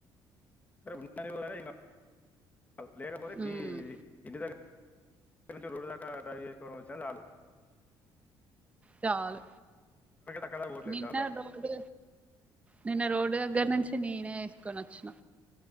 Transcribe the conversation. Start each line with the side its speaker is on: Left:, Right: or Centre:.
Left: సరే <unintelligible> ఏం గాదు లేకపోతే
Right: ఉమ్,
Left: గీది ఇంటి దగ్గర ఇక్క నుంచి రోడ్డుదాకా డ్రైవ్ చేసుకోవడం వచ్చిన సాలు
Right: చాలు
Left: అక్కడ దాకా పోవట్లేదు
Right: నిన్న
Left: జాబ్లా
Right: రోడ్ నిన్న రోడ్డు దగ్గర నుంచి నేనే ఇక నచ్చిన